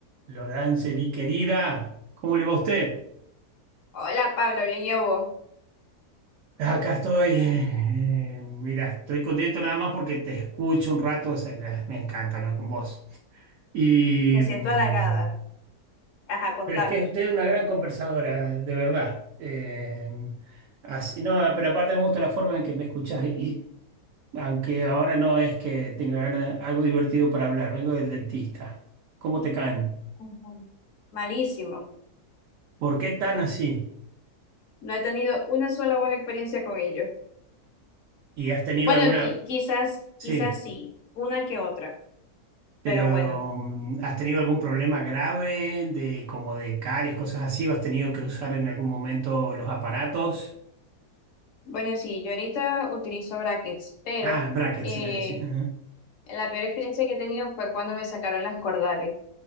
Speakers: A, on the right; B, on the left.
A: Lorangeli, querida, ¿cómo le va a usted?
B: Hola Pablo, bien y a vos.
A: Acá estoy. eh, mira, estoy contento nada más porque te escucho un rato. o sea, eh, me encanta hablar con vos. Y,
B: Me siento
A: mm,
B: halagada. Ajá, contame.
A: pero es que es usted una gran conversadora, de verdad. Eh, así, no, pero aparte me gusta la forma en que me escuchás. Y aunque ahora no es que tenga ganas, algo divertido para hablar, vengo del dentista. ¿Cómo te caen?
B: Ujú. Malísimo.
A: ¿Por qué tan así?
B: No he tenido una sola buena experiencia con ellos.
A: ¿Y has tenido
B: Bueno,
A: alguna...
B: qui- quizás,
A: Sí.
B: quizás sí, una que otra,
A: Pero,
B: pero bueno.
A: mm, ¿has tenido algún problema grave de como de caries, cosas así? ¿O has tenido que usar en algún momento los aparatos?
B: Bueno, sí, yo ahorita utilizo brackets, pero
A: Ah, brackets
B: eh,
A: se le decía. ajá.
B: la peor experiencia que he tenido fue cuando me sacaron las cordales,